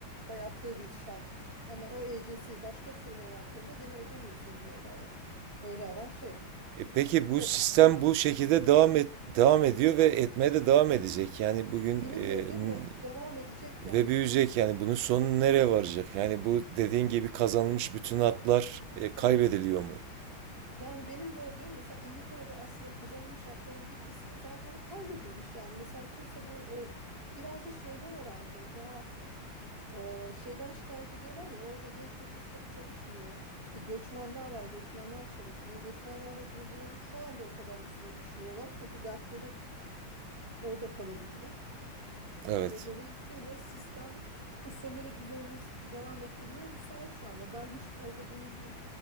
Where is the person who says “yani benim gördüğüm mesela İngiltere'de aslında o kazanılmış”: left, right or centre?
Right